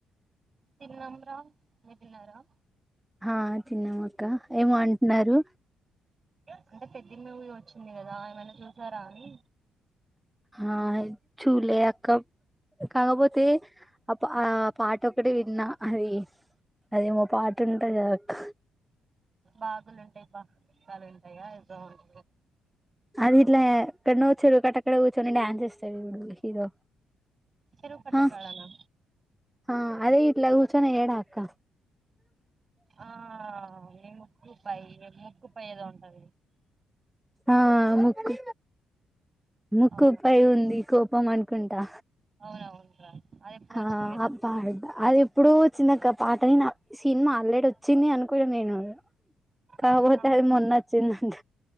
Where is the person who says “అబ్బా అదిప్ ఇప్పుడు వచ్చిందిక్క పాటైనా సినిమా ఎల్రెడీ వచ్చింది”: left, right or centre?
Centre